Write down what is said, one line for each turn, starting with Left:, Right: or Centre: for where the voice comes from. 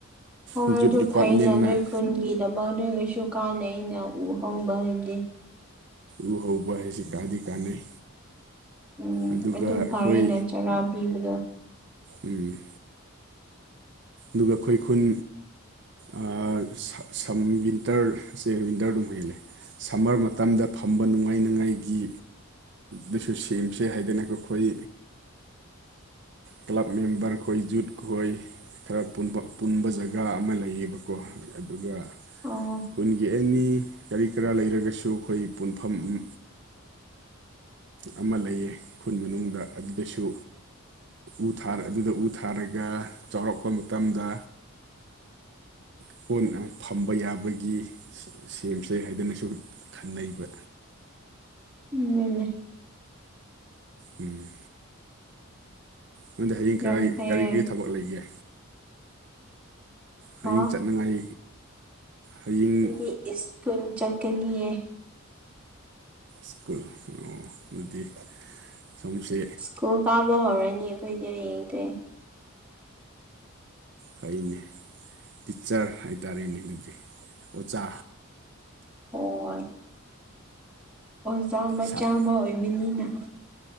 Centre: ꯍꯣꯏ
Right: ꯖꯨꯠ
Centre: ꯑꯗꯨ
Right: ꯗꯤꯄꯥꯔꯠꯃꯦꯟꯅ
Centre: ꯐꯩꯅ ꯅꯣꯏ ꯈꯨꯟꯒꯤꯗꯃꯛ ꯅꯣꯏꯒꯩꯁꯨ ꯀꯥꯟꯅꯩꯅ ꯎ ꯍꯧꯕ ꯍꯥꯏꯕꯗꯤ
Right: ꯎ ꯍꯧꯕ ꯍꯥꯏꯁꯤ ꯀꯥꯗꯤ ꯀꯥꯟꯅꯩ
Centre: ꯎꯝ
Right: ꯑꯗꯨꯒ
Centre: ꯑꯗꯨ
Right: ꯑꯩꯈꯣꯏ
Centre: ꯐꯔꯦꯅꯥ ꯆꯔꯥ ꯄꯤꯕꯗꯣ
Right: ꯎꯝ ꯗꯨꯒ ꯑꯈꯣꯏ ꯈꯨꯟ ꯑꯥ ꯁ ꯁꯝ ꯋꯤꯟꯇꯔꯁꯦ ꯋꯤꯟꯇꯔ ꯗꯨꯝ ꯍꯦꯜꯂꯦ ꯁꯝꯃꯔ ꯃꯇꯝꯗ ꯐꯝꯕ ꯅꯨꯡꯉꯥꯏꯅꯉꯥꯏꯒꯤ ꯗꯨꯁꯨ ꯁꯦꯝꯁꯦ ꯍꯥꯏꯗꯅꯀ‌ꯣ ꯈꯣꯏ ꯀ꯭ꯂꯕ ꯃꯦꯝꯕꯔ ꯈꯣꯏ ꯖꯨꯠ ꯈꯣꯏ ꯈꯔ ꯄꯨꯟꯕ ꯄꯨꯟꯕ ꯖꯒꯥ ꯑꯃ ꯂꯩꯏꯕꯀꯣ ꯑꯗꯨꯒ
Centre: ꯑꯣ
Right: ꯈꯨꯟꯒꯤ ꯑꯦꯅꯤ ꯀꯔꯤ ꯀꯔꯥ ꯂꯩꯔꯒꯁꯨ ꯑꯈꯣꯏ ꯄꯨꯟꯐꯝ ꯎꯝ ꯑꯃ ꯂꯩꯌꯦ ꯈꯨꯟ ꯃꯅꯨꯡꯗ ꯑꯗꯨꯗꯁꯨ ꯎ ꯊꯥꯔ ꯑꯗꯨꯗ ꯎ ꯊꯥꯔꯒ ꯆꯥꯎꯔꯛꯄ ꯃꯇꯝꯗ <unintelligible> ꯐꯝꯕ ꯌꯥꯕꯒꯤ ꯁ‌ꯦ ꯁꯦꯝꯁ‌ꯦ ꯍꯥꯏꯗꯅꯁꯨ ꯈꯟꯅꯩꯕ
Centre: ꯎꯝ ꯅ‌ꯣꯏꯅ‌ꯦ
Right: ꯎꯝ ꯅꯪꯗꯤ ꯍꯌꯦꯡ ꯀꯔꯥꯏ
Centre: ꯌꯥꯝ ꯐꯩꯌꯦ
Right: ꯀꯔꯤ ꯀꯔꯤ ꯊꯕꯛ ꯂꯩꯒꯦ
Centre: ꯍꯥ
Right: ꯍꯌꯦꯡ ꯆꯠꯅꯉꯥꯏ ꯍꯌꯦꯡ
Centre: ꯑꯩꯗꯤ ꯏꯁꯀꯨꯟ ꯆꯠꯀꯅꯤꯌꯦ
Right: ꯁ꯭ꯀꯨꯜ ꯑꯣ ꯑꯗꯨꯗꯤ ꯁ‌ꯣꯝꯁꯦ
Centre: ꯀꯨꯜ ꯀꯥꯕ ꯍꯧꯔꯅꯤ ꯑꯩꯈꯣꯏꯗꯤ ꯍꯌꯦꯡꯗꯩ
Right: ꯐꯩꯅꯦ ꯇꯤꯆꯔ ꯍꯥꯏꯇꯥꯔꯦꯅꯦ ꯑꯗꯨꯗꯤ ꯑꯣꯖꯥ
Centre: ꯍꯣꯏ ꯑꯣꯖꯥ ꯃꯆꯥ
Right: ꯁꯥꯠ
Centre: ꯑꯃ ꯑꯣꯏꯕꯅꯤꯅ